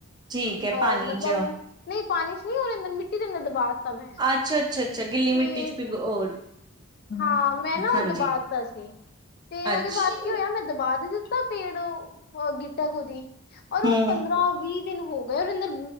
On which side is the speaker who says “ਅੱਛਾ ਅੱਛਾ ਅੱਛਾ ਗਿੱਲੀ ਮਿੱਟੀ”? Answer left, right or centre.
Right